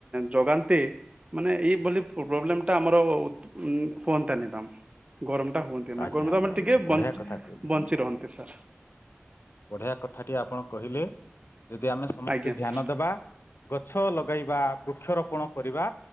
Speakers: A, on the right; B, on the left.
A: ଜଗାନନ୍ତେ ମାନେ ଏଇଭଳି ପ୍ରୋବ୍ଲେମ ଟା ଆମର ହୁଅନ୍ତାନି ଦ ଗରମ। ହୁଅନ୍ତି ନା
B: ଆଜ୍ଞା
A: ଗମ
B: ଆଜ୍ଞା
A: ମାନେ
B: ଆଜ୍ଞା
A: ଟିକେ
B: ବଢିଆ
A: ବଞ୍ଚି
B: କଥା କହିଲେ
A: ବଞ୍ଚି ରହନ୍ତି ସାର୍।
B: ବଢିଆ କଥାଟି ଆପଣ କହିଲେ ଯଦି ଆମେ ସମସ୍ତେ
A: ଆଜ୍ଞା
B: ଧ୍ୟାନ
A: ସାର୍
B: ଦବା ଗଛ ଲଗ। ଲଗେଇବା ବୃକ୍ଷରୋପଣ କରିବା।